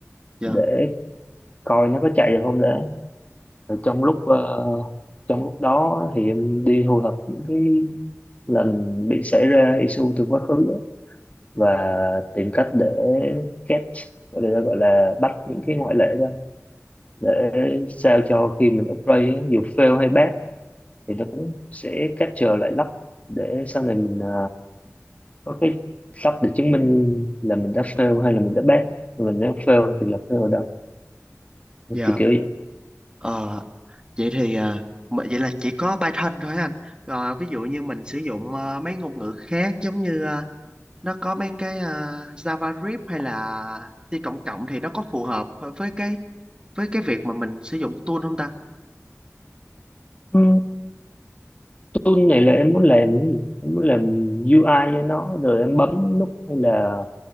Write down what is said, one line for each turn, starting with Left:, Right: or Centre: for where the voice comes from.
Right: dạ,
Left: để coi nó có chạy được không đấy rồi trong lúc ờ, trong lúc đó thì em đi thu thập những cái lần bị xảy ra issue từ quá khứ á, và tìm cách để catch gọi là gọi là bắt những cái ngoại lệ ra để sao cho khi mình upgrade á, dù fail hay pass thì nó cũng sẽ capture lại lắp để sau này mình ờ, có cái lắp để chứng minh là mình đã fail hay là mình đã pass mình nếu fail thì là fail ở đâu
Right: dạ.
Left: kiểu kiểu vậy
Right: Ờ, vậy thì à, mà- vậy là chỉ có Python thôi hả anh. Rồi ví dụ như mình sử dụng à, mấy ngôn ngữ khác giống như à, nó có mấy cái à, Java Script hay là C cộng cộng thì nó có phù hợp với cái với cái việc mà mình sử dụng tool không ta?
Left: Ừ. tôi nghĩ là em muốn làm cái gì em muốn làm UI cho nó rồi em bấm nút hay là